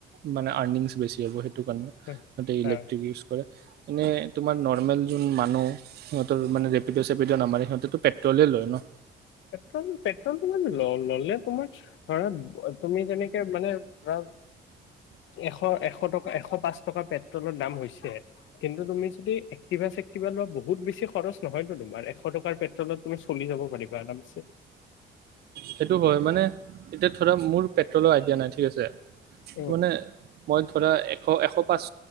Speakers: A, on the right; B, on the left.
A: মানে আৰ্নিংছ বেছি হ'ব সেইটো ণে
B: অ
A: সতে ইলেক্ট্ৰিক ইউজ কৰে এনেই তোমাৰ নৰ্মেল যোন মানুহ সিহঁতৰ মান ৰেপিডঅ চেপিড নামাৰে সিহঁতেটো পেট্ৰলে লয় ন
B: পেট্ৰল পেট্ৰল তোমাৰ ল ললে তোমাৰ ধৰা তুমি যেনেকে মানে ধৰা এশ এশ টকা এশ পাঁচ টকা পেট্ৰলৰ দাম হৈছে কিন্তু তুমি যদি এক্টিভা চেক্টিভা লোৱা বহুত বেছি খৰচ নহয়তো তোমাৰ এশ টকাৰ পেট্ৰলত তুমি চলি যাব পাৰিবা আছে
A: সেইটো হয় মানে এতিয়া ধৰা মোৰ পেট্ৰলৰ আইডিয়া নাই ঠিক আছে ত
B: উম
A: মানে মই ধৰা এশ এশ পাঁচ